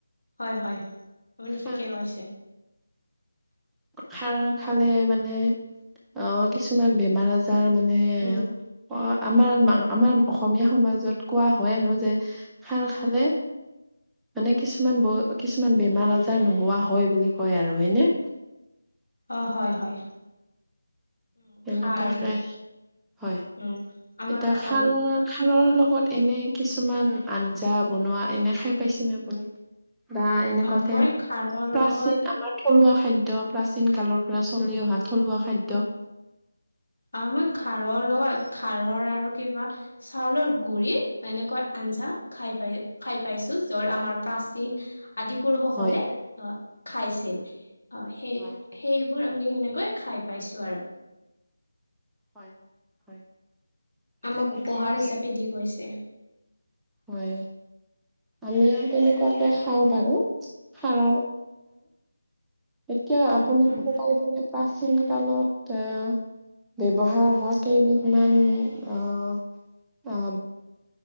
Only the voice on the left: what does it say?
হয় হয় আপুনি
ঠিকে কৈছে
উম,
অঁ হয় হয়। উম,
খাৰ,
উম, আমাৰ
অসম,
আ মই খাৰৰ
লগত
অ মই খাৰৰ লগত খাৰৰ আৰু কিবা চাউলৰ গুৰি এনেকুৱা আঞ্জা খাই পাই খাই পাইছোঁ যত আমাৰ প্ৰাচীন আদি পুৰুষসকলে
অ খাইছিল অ সেই
সেইবোৰ আমি এনেকৈ খাই পাইছোঁ আৰু
আমাক
উপহাৰ
হিচাপে দি গৈছে।
উম
উম